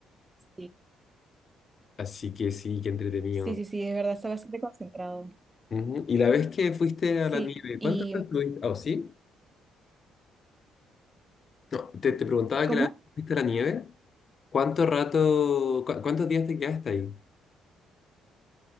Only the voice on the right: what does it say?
sí,
sí, sí, sí, es verdad, está bastante concentrado.
Sí,
y
¿Cómo?